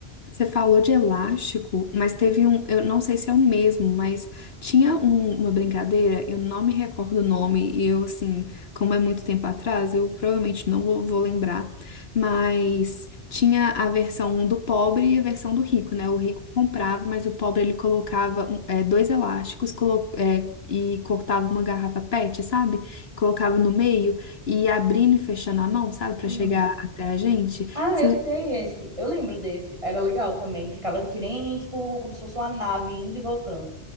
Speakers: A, on the left; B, on the right.
A: Você falou de elástico, mas teve um, eu não sei se é o mesmo, mas tinha um- uma brincadeira, eu não me recordo o nome, e eu, assim, como é muito tempo atrás, eu provavelmente não vou, vou lembrar, mas tinha a versão do pobre e a versão do rico, né? O rico comprava, mas o pobre ele colocava um- é, dois elásticos colo- é, e cortava uma garrafa PET, sabe? Colocava no meio e ia abrindo e fechando a mão, sabe? Pra
B: Uhum.
A: chegar até a gente.
B: Ah,
A: Você
B: eu sei esse. Eu lembro desse. Era legal também. Ficava que nem, tipo, como se fosse uma nave indo e voltando.